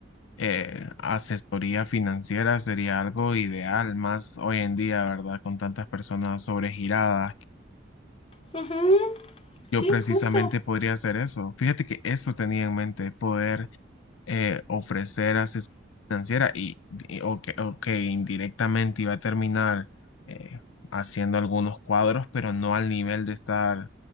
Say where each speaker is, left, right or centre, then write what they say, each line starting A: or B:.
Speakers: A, on the left; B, on the left.
A: eh, asesoría financiera sería algo ideal, más hoy en día, ¿verdad? Con tantas personas sobregiradas.
B: Uh -huh. Sí,
A: Yo precisamente
B: justo.
A: podría hacer eso. Fíjate que eso tenía en mente, poder eh, ofrecer asesoría financiera y, y- o que o que indirectamente iba a terminar eh, haciendo algunos cuadros, pero no al nivel de estar